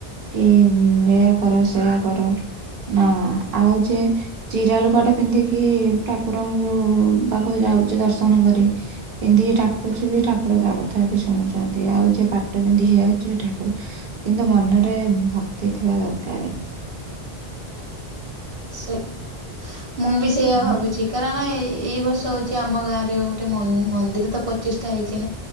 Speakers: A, on the right; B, on the right.
A: କି ଏଇଆ କର ସେଇଆ କର ନା ଆଉ ଯେ ଚିରା ଲୁଗାଟେ ପିନ୍ଧିକି ଠାକୁରଙ୍କୁ ପାଖକୁ ଯାଉଛି ଦର୍ଶନ କରି ପିନ୍ଧିକି ଠା କୁଛୁବି ଠାକୁର ତା କଥା ବି ଶୁଣୁଛନ୍ତି ଆଉ ଯିଏ ପାଟ ବିନ୍ଧି ଯାଉଚି ଠାକୁର କିନ୍ତୁ ମନରେ ଭକ୍ତି ଥିବା ଦରକାର।
B: ସେ ମୁଁ ବି
A: ହଁ।
B: ସେଇଆ ଭାବୁଚି। କାରଣ ଏଇ ବର୍ଷ ହଉଚି ଆମ ଗାଁ ରେ ଗୋଟେ ମନ୍ଦିର ତ ପଚିଶ ଟା ହେଇଚି।